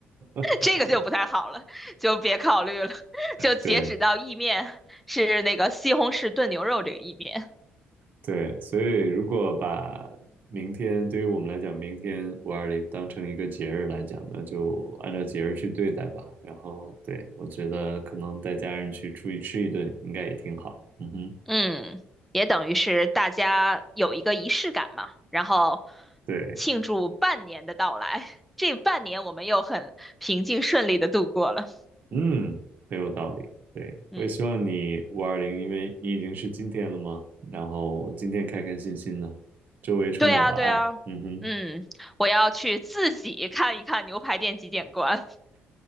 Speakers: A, on the right; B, in the centre.
A: <laughs>
B: <laughs> 这个就不太好了，就别考虑了，<laughs> 就截止到意面是那个西红柿炖牛肉这个意面。
A: 对对，所以如果把明天对于我们来讲，明天五二零当成一个节日来讲，那就按照节日去对待吧。然后，对，我觉得可能带家人去出去吃一顿，应该也挺好。嗯哼，
B: 嗯，也等于是大家有一个仪式感嘛，然后
A: 对，
B: 庆祝半年的到来。<laughs> 这半年我们又很平静顺利的度过了。
A: 嗯，很有道理。对，
B: 嗯，
A: 我也希望你五二零，因为你已经是今天了嘛，然后今天开开心心的，周围充满了爱。
B: 对啊，对啊。
A: 嗯哼，
B: 嗯，我要去自己看一看牛排店几点关，